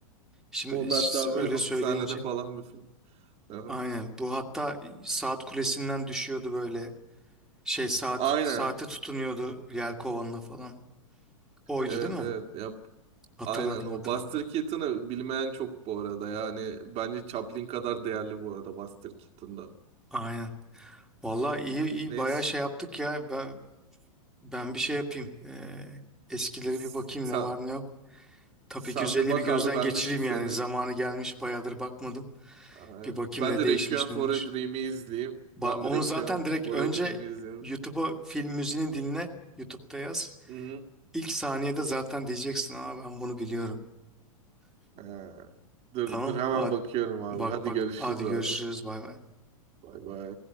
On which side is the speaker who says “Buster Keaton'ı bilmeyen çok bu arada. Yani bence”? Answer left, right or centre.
Right